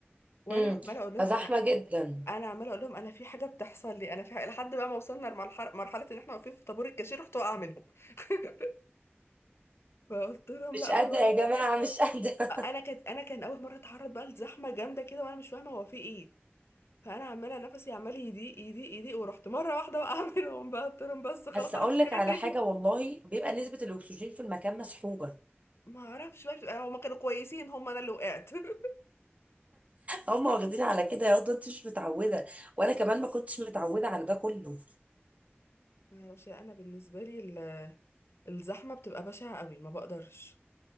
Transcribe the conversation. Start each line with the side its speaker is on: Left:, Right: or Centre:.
Left: وانا
Right: امم
Left: عماله اقول لهم
Right: فزحمة
Left: انا
Right: جدا
Left: أنا عماله اقول لهم انا في حاجه بتحصل لي انا في حاجة. لحد بقى ما وصلنا لمرحله مرحله ان احنا واقفين في طابور الكاشير رحت واقعه منهم <laughs> فقلت لهم
Right: مش
Left: لا
Right: قادرة
Left: خلاص
Right: يا جماعة مش قادرة
Left: انا كانت انا كان اول مره اتعرض بقى لزحمه جامده كده وانا مش فاهمه هو في ايه فانا عماله نفسي عمال يضيق يضيق يضيق ورحت مره واحده وقع منهم <laughs> بقى قلت لهم
Right: <laughs>
Left: بس خلاص
Right: بس اقول
Left: انا مش
Right: لك
Left: جايه
Right: على
Left: تاني
Right: حاجة والله بيبقى نسبة الاكسجين في المكان مسحوبة
Left: ما اعرفش بقى هما كانوا كويسين هما انا اللي وقعت <laughs>
Right: هم واخدين على كده يا واد انت مش متعودة وانا كمان ما كنتش متعودة على ده كله
Left: ما اعرفش انا بالنسبه لي ال- الزحمه بتبقى بشعه قوي ما بقدرش